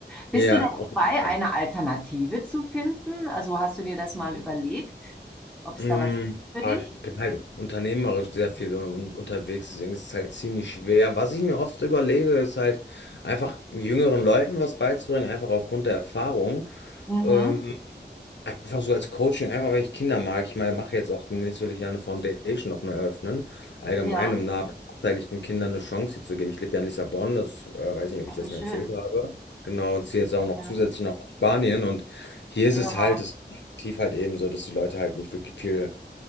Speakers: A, in the centre; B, on the left.
A: Bist
B: Ja,
A: du denn
B: auf jeden
A: dabei,
B: Fall.
A: eine Alternative zu finden? Also hast du dir das mal überlegt, ob es
B: Ähm,
A: da was gibt für
B: aber
A: dich?
B: ich bin halt unternehmerisch sehr viel un unterwegs, deswegen ist es halt ziemlich schwer. Was ich mir oft überlege, ist halt einfach jüngeren Leuten was beizubringen, einfach aufgrund der Erfahrung.
A: Mhm.
B: Ähm, einfach so als Coaching, einfach weil ich Kinder mag. Ich meine, mache jetzt auch demnächst will ich ja eine Foundation noch neu eröffnen, allgemein,
A: Ja,
B: um benachteiligten Kindern eine Chance hier zu geben. Ich lebe ja in Lissabon, das äh, weiß nicht, ob
A: ach,
B: ich das
A: wie schön.
B: mal erzählt habe. Genau, und ziehe jetzt auch noch
A: Ja,
B: zusätzlich noch nach Spanien. Und hier ist
A: ja.
B: es halt, es ist tief halt eben so, dass die Leute halt nicht wirklich viel